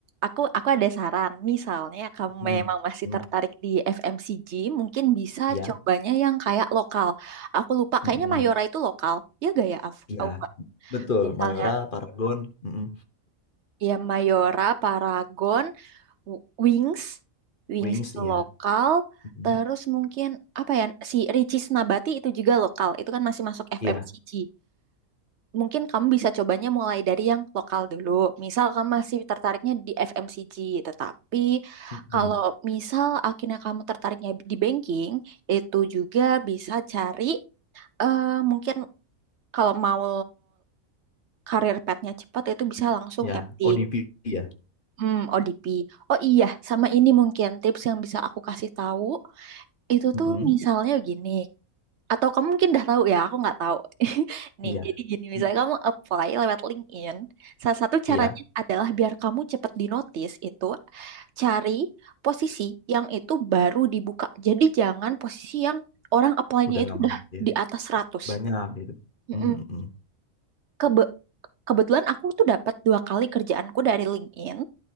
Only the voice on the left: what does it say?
Hmm.
Hmm.
Ya.
Mm-mm.
Ya.
Betul,
Mayora, Paragon, mm-mm.
Wings,
ya.
Mm-mm.
Iya.
Mm-mm.
Ya,
ODP ya.
Mm-mm.
Iya.
Mm.
Iya,
iya.
udah
lama
gitu ya.
Banyak gitu.
Mm-mm.